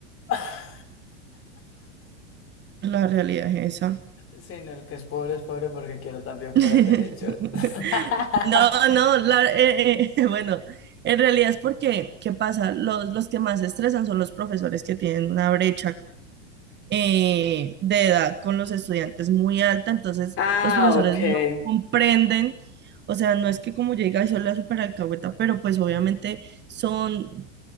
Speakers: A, on the left (about 40°); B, on the right (about 30°).
A: <laughs>
B: La realidad es esa.
A: Sino el que es pobre es pobre porque quiero también por
B: <laughs>
A: ahí derechos. <laughs>
B: No, no, la- eh, eh, <laughs> bueno, en realidad es porque, ¿qué pasa? Los, los que más se estresan son los profesores que tienen una brecha eh, de edad con los estudiantes muy alta, entonces
A: Ah,
B: los profesores
A: ok.
B: no comprenden, o sea, no es que como yo diga, soy la super alcahueta, pero pues obviamente son